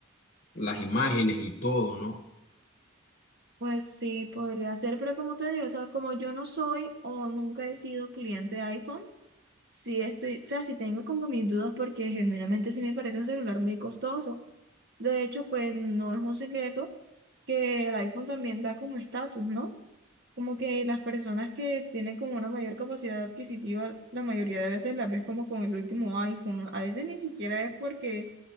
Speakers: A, on the left (about 40°); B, on the right (about 50°).
A: las imágenes y todo, ¿no?
B: Pues sí, podría ser, pero como te digo, o sea, como yo no soy o nunca he sido cliente de iPhone, Sí estoy, o sea, sí tengo como mis dudas porque genuinamente sí me parece un celular muy costoso. De hecho, pues no es un secreto que el iPhone también da como estatus, ¿no? Como que las personas que tienen como una mayor capacidad adquisitiva, la mayoría de veces las ves como con el último iPhone. A veces ni siquiera es porque